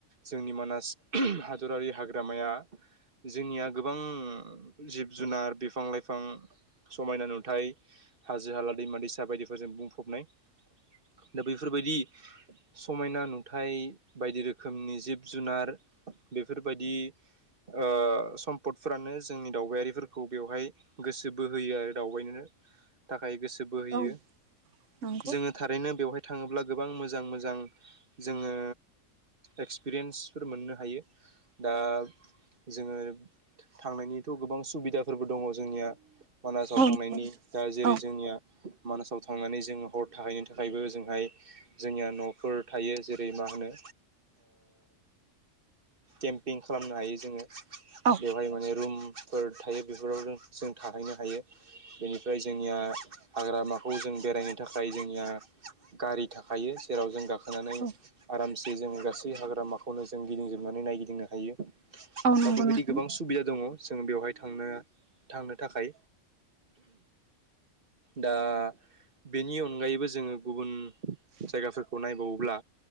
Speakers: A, on the right (about 45°); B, on the right (about 70°).
A: जोंनि मानास हादरारि हाग्रामाया जोंनिया गोबां जिब जुनार बिफां लाइफां समायना नुथाय हाजो हाला दैमा दैसा बायदिफोरजों बुंफबनाय दा बेफोरबायदि समायना नुथाय बायदि रोखोमनि जिब जुनार बेफोरबायदि ओ सम्पदफोरानो जोंनि दावबायारिफोरखौ बेवहाय गोसो बोहोयो आरो दावबायनो थाखाय गोसो बोहोयो
B: औ नोंथां औ नंगौ
A: जोङो थारैनो बेवहाय थाङोब्ला गोबां मोजां मोजां जोङो एक्सपिरियेन्सफोर मोननो हायो दा जोङो थांनायनिथ' गोबां सुबिदाफोरबो दङ जोंनिया मानासाव
B: औ
A: थांनायनि दा जेरै
B: औ
A: जोंनिया मानासाव थांनानै जोङो हर थाहैनो थाखायबो हाबाफारि होजोंहाय जोंनिया न'फोर थायो जेरै मा होनो केम्पिं खालामनो हायो जोङो
B: औ
A: बेवहाय माने रुम फोर थायो बेफोराव जों थाहैनो हायो बेनिफ्राय जोंनिया हाग्रामाखौ जों बेरायनो थाखाय जोंनिया गारि थाख हायो जेराव जों गाखोनानै
B: औ
A: आराम जों गासै हाग्रामाखौनो जों गिदिंजोबनानै नायगिदिंनो हायो
B: औ
A: दा
B: नंगौ
A: बेबायदि
B: नोंथां
A: गोबां सुबिदा दङ जों बेवहाय थांनो थांनो थाखाय दा बेनि अनगायैबो जोङो गुबुन जायगाफोरखौ नायबावोब्ला